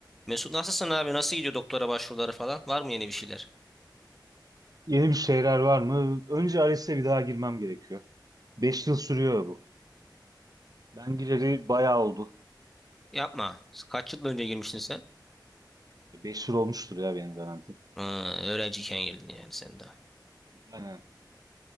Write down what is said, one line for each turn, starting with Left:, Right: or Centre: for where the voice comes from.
Centre: Mesut nasılsın abi? Nasıl gidiyor doktora başvuruları falan? Var mı yeni bir şeyler?
Right: Yeni bir şeyler var mı? Önce ALES'e bir daha girmem gerekiyor. 5 yıl sürüyor bu. Ben gireli bayağı oldu.
Centre: Yapma. Kaç yıl önce girmiştin sen?
Right: 5 yıl olmuştur ya benim garanti.
Centre: Ha, öğrenciyken girdin yani sen daha.
Right: Aynen.